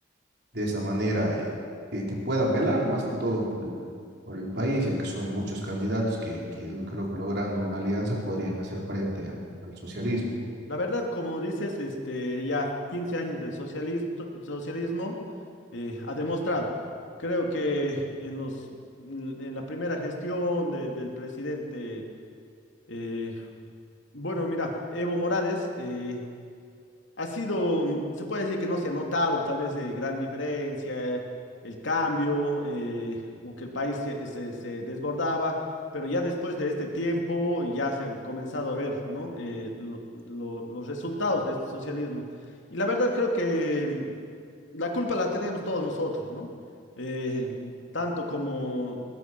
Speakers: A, on the right; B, on the left.
A: de esa manera, eh, que, que puedan velar más que todo por, por el país, ya que son muchos candidatos que, que creo que logrando una alianza podrían hacer frente al, al socialismo.
B: La verdad, como dices, este, ya 15 años de socialisto- socialismo eh, ha demostrado. Creo que en los, en la primera gestión de- del presidente, eh, bueno, mira, Evo Morales, eh, ha sido, mm, se puede decir que no se ha notado tal vez eh, gran diferencia, eh, el cambio, eh, o que el país se, se- se desbordaba, pero ya después de este tiempo ya se han comenzado a ver, ¿no? Eh, lo- lo- los resultados de este socialismo. Y la verdad creo que mm, la culpa la tenemos todos nosotros, ¿no? Eh, tanto como